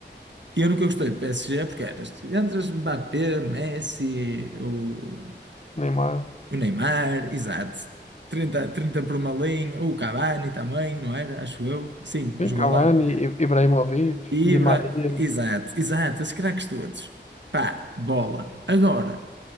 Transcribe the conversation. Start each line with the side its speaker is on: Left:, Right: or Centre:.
Right: E eu nunca gostei do PSG porque eras, entre as Mbappé, Messi, o,
Left: Neymar,
Right: o Neymar, exato. trinta 30 por uma linha, o Cavani também, não era? Acho eu. Sim,
Left: sim,
Right: jogou
Left: Cavani,
Right: lá.
Left: I- Ibrahimovic,
Right: Ibra,
Left: Di Maria,
Right: exato, exato, esses craques todos. Pá, bola. Agora,